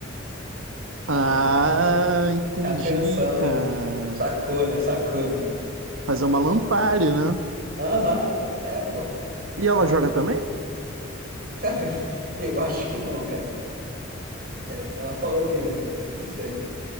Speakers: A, on the right; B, on the right.
A: Ah,
B: deixa eu ver.
A: entendi,
B: Tá pensando.
A: cara.
B: Sacou, né? Sacou, né?
A: Fazer uma Lampari, né?
B: Aham, é, porra.
A: E ela joga também?
B: Cara, <laughs> eu acho que não, cara. É, ela falou que. Não sei.